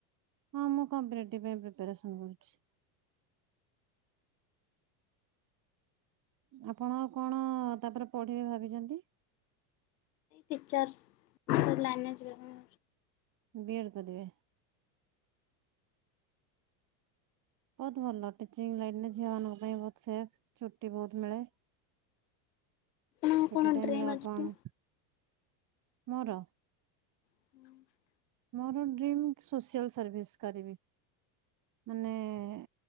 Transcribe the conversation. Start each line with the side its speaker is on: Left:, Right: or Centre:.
Right: ହଁ ମୁଁ କମ୍ପରେଟିଭ୍ ପାଇଁ ପ୍ରିପାରେସନ କରୁଛି। ଆପଣ କଅଣ ତାପରେ ପଢ଼ିବେ ଭାବିଛନ୍ତି।
Left: ପିକଚର୍ସ୍ ଲାଇନ୍ ରେ ଯିବା ପାଇଁ
Right: ବିଲ୍ କରିଦେବେ। ବହୁତ ଭଲ। ଟିଚିଂ ଲାଇନରେ ଝିଅମାନଙ୍କ ପାଇଁ ବହୁତ ସେଫ୍ ଛୁଟି ବହୁତ୍ ମିଳେ।
Left: ଆପଣ
Right: ଛୁଟି
Left: କଣ
Right: ଟାଇମରେ
Left: ଡ୍ରିମ୍
Right: ଆପଣ
Left: ଅଛି?
Right: ମୋର
Left: <inaudible>
Right: ମୋର ଡ୍ରିମ୍ ସୋସିଆଲ୍ ସର୍ଭିସ୍ କରିବି। ମା-ନେ-ଏ -ଏ